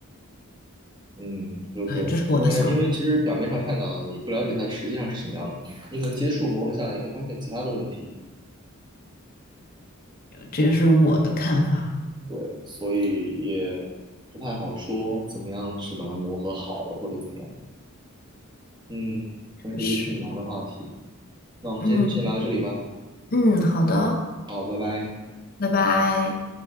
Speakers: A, on the right (about 20°); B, on the left (about 45°).
A: 嗯，说对，
B: 对，这是我的想法，
A: 因为因为其实表面上看到的，你不了解它实际上是什么样的，你可能接触磨合下来，你会发现其他的问题，
B: 这也是我的看法。
A: 对，所以也不太好说怎么样是把它磨合好了或者怎样，嗯，那是一个挺难的话题，
B: 确实，
A: 那我们今天就先聊到这里吧，
B: 嗯嗯，好的，
A: 好，拜拜。
B: 拜拜。